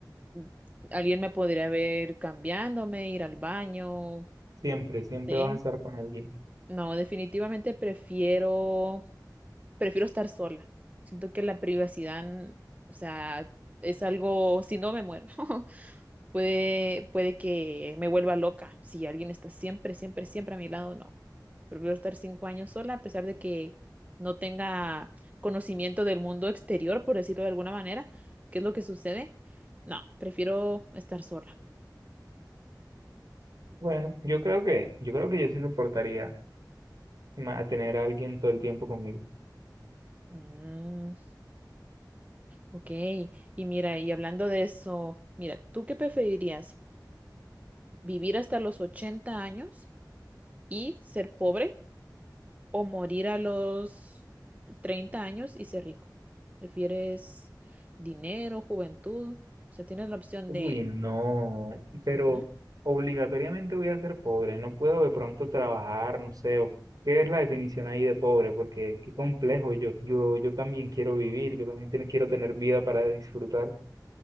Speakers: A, on the right; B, on the right.
A: m- alguien me podría ver cambiándome, ir al baño,
B: siempre, siempre
A: ¿sí?
B: vas a estar con alguien.
A: No, definitivamente prefiero prefiero estar sola. Siento que la privacidad, o sea, es algo, si no me muero, <laughs> puede, puede que me vuelva loca. Si alguien está siempre, siempre, siempre a mi lado, no. Prefiero estar cinco años sola, a pesar de que no tenga conocimiento del mundo exterior, por decirlo de alguna manera, qué es lo que sucede. No, prefiero estar sola.
B: Bueno, yo creo que, yo creo que yo sí soportaría ma- tener a alguien todo el tiempo conmigo.
A: Mm, ok, y mira, y hablando de eso, mira, ¿tú qué preferirías? ¿Vivir hasta los ochenta años? y ser pobre o morir a los 30 años y ser rico? ¿Prefieres dinero, juventud? O sea, tienes la opción
B: Uy,
A: de...
B: no, pero
A: Ujú.
B: obligatoriamente voy a ser pobre, no puedo de pronto trabajar, no sé, o- ¿qué es la definición ahí de pobre? Porque qué complejo, yo, yo, yo también quiero vivir, yo también tiene- quiero tener vida para disfrutar.